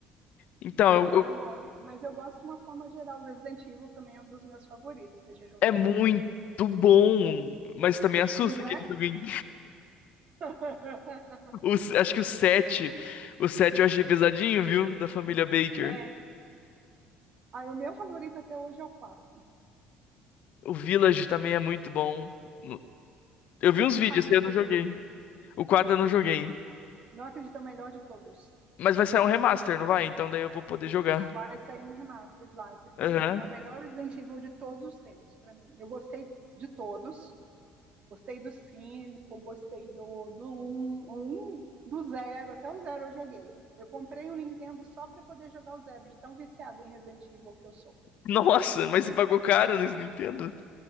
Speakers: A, on the left; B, on the right.
A: Então,
B: Então
A: eu,
B: eu
A: eu-
B: gosto. Mas eu gosto de uma forma geral. Resident Evil também é um dos meus favoritos. Você já jogou?
A: é muito bom, mas também assusta
B: Não
A: aquele
B: é?
A: joguinho.
B: <laughs>
A: <laughs> Os- acho que o 7, o 7 eu achei pesadinho, viu? Da família Baker.
B: É. Ah, o meu favorito até hoje é o 4.
A: O Village também é muito bom. No- Eu vi uns
B: O
A: vídeos,
B: 4
A: esse eu
B: você
A: não joguei.
B: jogou?
A: O 4 eu não joguei.
B: Não acredito, é o melhor de todos.
A: Mas vai sair um remaster, não vai? Então daí eu vou poder jogar.
B: Vai sair um remaster, vai, porque
A: Aham.
B: assim, é o melhor Resident Evil de todos os tempos pra mim. Eu gostei de todos, Gostei do cinco gostei do do um, um, do zero até o zero eu joguei. Eu comprei um Nintendo só para poder jogar o 0, de tão viciado em Resident Evil que eu sou.
A: <laughs> Nossa, mas você pagou caro nesse Nintendo?